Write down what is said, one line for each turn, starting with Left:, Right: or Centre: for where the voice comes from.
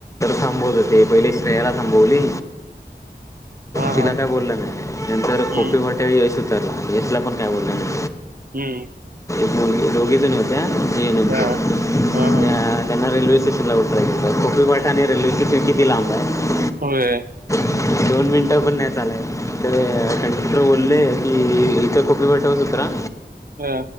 Left: थांबवत होते पहिले श्रेयाला थांबवली
Right: हा
Left: तिला
Right: हा
Left: काय बोललं नाही नंतर
Right: हम्म
Left: खोपी फाट्यावर य उतरला यशला पण काय बोलला नाई
Right: हं,
Left: <unintelligible> मुली दोघी जणी होत्या हम हम
Right: हां, हां, हां.
Left: त्यां त्यांना रेल्वे स्टेशन ला उतरायच कोपीफाटा आणि रेल्वे स्टेशन किती लांबय?
Right: होय
Left: दोन मिनिटं पण नाही चालाय तर कंडक्टर बोलले की इथं खोपी फाट्यावरच उतरा
Right: हा